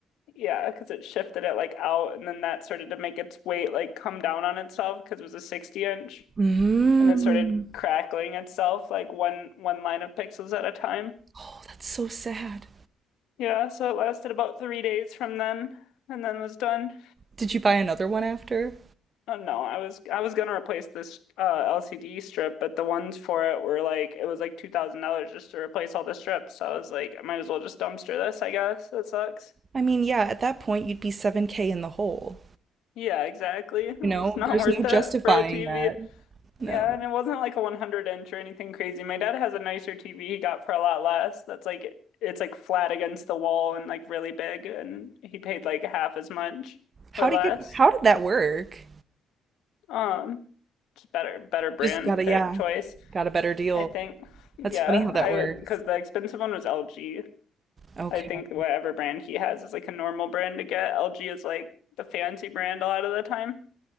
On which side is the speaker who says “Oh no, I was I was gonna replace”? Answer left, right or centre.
Left